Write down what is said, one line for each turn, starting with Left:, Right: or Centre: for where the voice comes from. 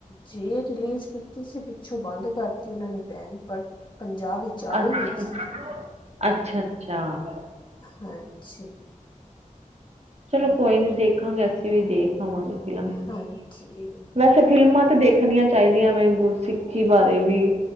Left: ਜੇ ਰਿਲੀਜ਼ ਕੀਤੀ ਸੀ ਪਿੱਛੋਂ ਬੰਦ ਕਰਤੀ ਉਹ ਨੇ ਬੈਨ ਪ ਪੰਜਾਬ ਵਿੱਚ ਆ ਗਈ
Right: ਅੱਛਾ
Left: ਹੋਈ ਸੀ
Right: ਅੱਛਾ ਅੱਛਾ ਅੱਛਾ
Left: ਹਾਂਜੀ
Right: ਚਲੋ ਕੋਈ ਨੀ ਦੇਖਾਂਗੇ ਅਸੀਂ ਵੀ ਦੇਖ ਆਵਾਂਗੇ ਫਿਲਮ
Left: ਹਾਂਜੀ
Right: ਵੈਸ ਅੱਾ ਫਿਲਮਾਂ ਤਾਂ ਦੇਖਣੀਆਂ ਚਾਹੀਦੀਆਂ ਵ ਗੁਰਸਿੱਖੀ ਬਾਰੇ ਵੀ